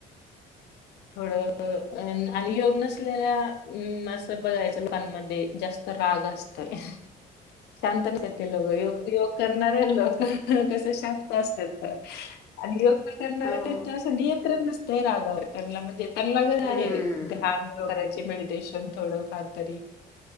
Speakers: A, on the left; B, on the left.
A: थोडं आणि योग नसलेल्या अं असं बघायचं लोकांमध्ये जास्त राग असतोय
B: ह
A: शांत नसतात ते लोकं योग योग करणारे लोकं कसं शांत असतात आणि योग न करणारे
B: हो
A: त्यांच असं नि यंत्रण नसतय रागावर त्यांना म्हणजे त्यांना गरज
B: हम्म
A: आहे ध्यान करायची मेडीटेशन थोडंफार तरी